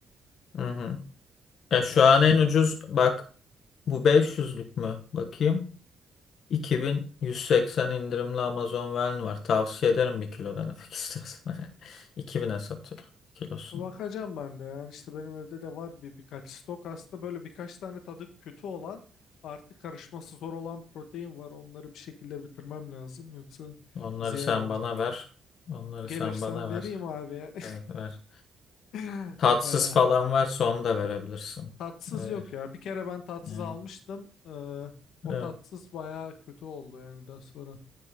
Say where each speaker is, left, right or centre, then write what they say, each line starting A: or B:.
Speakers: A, on the left; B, on the left.
A: Hı hı. Ya şu
B: Yani
A: an en ucuz bak bu 500'lük mü? Bakayım. 2180 indirimli Amazon Vern var. Tavsiye ederim bir kilo denemek istersen. <laughs> iki bin'e satıyor kilosunu.
B: bakacağım ben de. Yani işte benim evde de var bir birkaç stok. Aslında böyle birkaç tane tadı kötü olan artı karışması zor olan protein var. Onları bir şekilde bitirmem lazım. Yoksa
A: Onları
B: ziyan
A: sen
B: olacak.
A: bana ver. Onları
B: Gelirsem
A: sen bana
B: vereyim
A: ver.
B: abi yani.
A: Evet ver.
B: <laughs>
A: Tatsız
B: Ee,
A: falan varsa onu da verebilirsin.
B: Tatsız
A: Evet,
B: yok ya. Bir kere ben tatsız
A: evet,
B: almıştım. Ee, o
A: evet.
B: tatsız bayağı kötü oldu yani daha sonra.